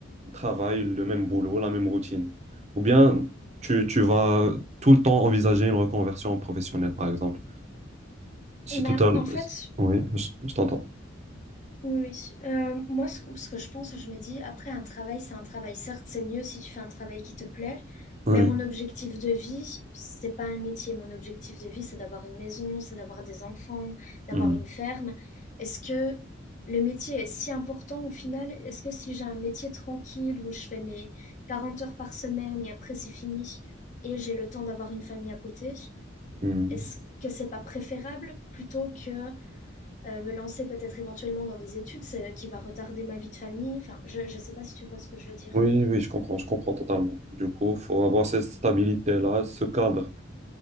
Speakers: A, on the right; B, on the left.
A: travail, le même boulot, la même routine? Ou bien tu, tu vas tout le temps envisager une reconversion professionnelle, par exemple? Si
B: Bah,
A: total...
B: en fait,
A: Oui, je, je t'entends.
B: Oui, oui. Euh, moi, ce, ce que je pense, je me dis, après, un travail, c'est un travail. Certes, c'est mieux si tu fais un travail qui te plaît,
A: Oui.
B: mais mon objectif de vie, c'est pas un métier. Mon objectif de vie, c'est d'avoir une maison, c'est d'avoir des enfants, d'avoir
A: Hmm,
B: une ferme. Est-ce que le métier est si important au final? Est-ce que si j'ai un métier tranquille où je fais mes 40 heures par semaine et après c'est fini et j'ai le temps d'avoir une famille à côté,
A: hmm.
B: est-ce que c'est pas préférable plutôt que euh, me lancer peut-être éventuellement dans des études c'est- euh, qui va retarder ma vie de famille. Enfin, je ne sais pas si tu vois ce que je veux dire.
A: Oui, oui, je comprends, je comprends totalement. Du coup, faut avoir cette stabilité-là, ce cadre